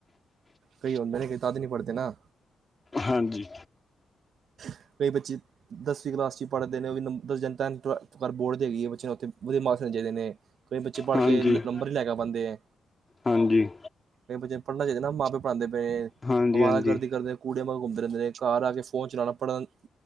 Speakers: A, on the right; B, on the left.
A: ਕਈ ਹੁੰਦੇ ਨੇ ਕਈ ਤਾਂ ਵੀ ਨੀ ਪੜਦੇ ਨਾ।
B: ਹਾਂਜੀ।
A: ਕਈ ਬੱਚੇ ਦਸਵੀਂ ਕਲਾਸ ਚ ਪੜ੍ਹਦੇ ਨੇ ਉਹ ਵੀ ਦਸ ਜਨ ਬੋਰਡ ਤੇ ਹੈਗੀ ਹੈ ਬੱਚੇ ਨੂੰ ਉੱਥੇ। ਵਧੀਆ ਮਾਰਕਸ ਦੇਣੇ ਚਾਹੀਦੇ ਨੇ ਕਈ ਬੱਚੇ ਪੜ੍ਹ
B: ਹਾਂਜੀ
A: ਕੇ
B: ਹਾਂਜੀ
A: ਨੰਬਰ ਨਹੀ ਲੈ ਪਾਉਂਦੇ।
B: ਹਾਂਜੀ
A: ਕਈ ਬੱਚੇ ਨੂੰ ਪੜ੍ਹਨਾ ਚਾਹੀਦਾ ਨਾ ਮਾਂ ਪਿਓ ਪੜ੍ਹਾਂਦੇ ਪਏ
B: ਹਾਂਜੀ
A: ਅਵਾਰਾ ਗਰਦੀ ਕਰਦੇ। ਕੁੜੀਆਂ ਮਗਰ ਘੁੰਮਦੇ ਰਹਿੰਦੇ ਨੇ ਘਰ ਆ ਕੇ ਫੋਨ ਚਲਾਉਣਾ ਪੜ੍ਹਨ